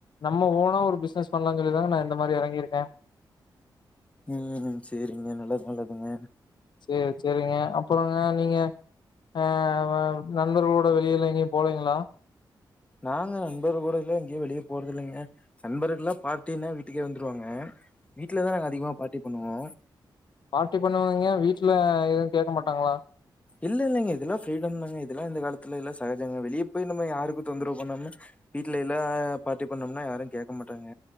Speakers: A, on the left (about 65°); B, on the left (about 15°).
A: நம்ம ஓனா ஒரு பிசினஸ் பண்லா சொல்லிதாங்க நா இந்த மாரி இறங்கிருக்க
B: ம் செரிங்க நல்லது நல்லதுங்க
A: சேர் சேரிங்க அப்பறோங்க நீங்க ஆ நண்பர்களோட வெளியெல்லா எங்கயு போலீங்ளா
B: நாங்க நண்பர் கூடலா எங்கயு வெளிய போறதில்லைங்க நண்பர்கள்லா பார்டீன்னா வீட்டுக்கே வந்துருவாங்க வீட்ல தா நாங்க அதிகமா பார்ட்டி பண்ணுவோ
A: பார்டி பண்ணுவாய்ங்க வீட்ல எது கேக்க மாட்டாங்களா
B: இல்ல இல்லைங்க இதெல்லா ஃப்ரீடம் தாங்க இதெல்லா இந்த காலத்துல எல்லா சகஜோங்க வெளிய நம்ம யாருக்கு தொந்தரவு பன்னாம்ம வீட்ல எல்லா பார்ட்டி பண்ணோம்னா யாரு கேக்க மாட்டாங்க